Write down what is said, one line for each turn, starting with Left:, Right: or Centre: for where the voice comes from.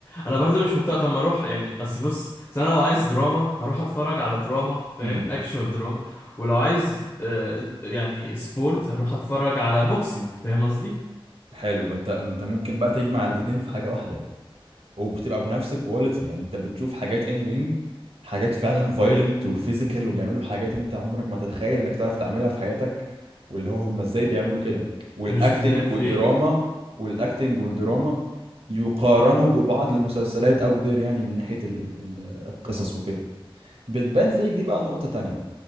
Left: انا برضو مش مقتنع طب ما اروح يعني اصل بص أصل انا لو عايز دراما هروح اتفرج على دراما فاهم
Right: امم.
Left: اكشوال دراما ولو عايز آه، يعني سبورت هروح اتفرج على بوكسينج فاهم قصدي
Right: حلو بقى انت انت ممكن بقى تجمع الاتنين في حاجة واحدة وبتبقى بنفس الكواليتي يعني انت بتشوف حاجات ان رينج حاجات فعلا فايلنت وفيزيكال وبيعملوا حاجات انت عمرك ما تتخيل انك تعرف تعملها في حياتك واللي هو هم ازاي
Left: م-
Right: بيعملوا كده والاكتنج
Left: مش بتبان فيك
Right: والدراما والاكتنج والدراما يقارنوا ببعض المسلسلات اوت ذير يعني من ناحية ال ال ال- القصص وكده بتبان فيك دي بقى نقطة تانية